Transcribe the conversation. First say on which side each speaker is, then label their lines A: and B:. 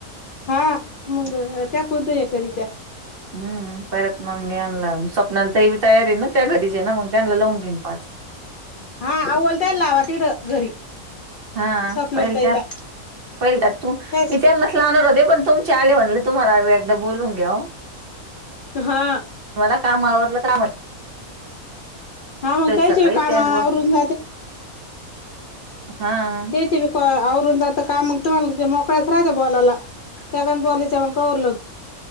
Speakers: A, on the left (about 75°); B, on the right (about 55°).
A: हा मंग त्या कोणत्या या करित्या
B: हम्म परत मंग यांना स्वप्नाली ताई बी तयार हे ना त्या घरीचं हे ना मग त्यांना लावून घेईन पाच
A: हा आवतील लावा तिकडं घरी
B: हा
A: स्वप्नाली
B: पहिल
A: ताईला.
B: त्या पहिल त्या तू
A: त्याच
B: विचारला हो पण तुमले म्ह तुम्हा बून घ.
A: हा.
B: मला काम आवरडलं कामाहि.
A: ह मग कचव
B: सकाळी
A: कामा
B: त्या बोल
A: अरून.
B: हा.
A: तेचे बीरून आता कामग मोकळ्याच राहत बॉलाला. त्यागण बॉलेच मग का होर लोक.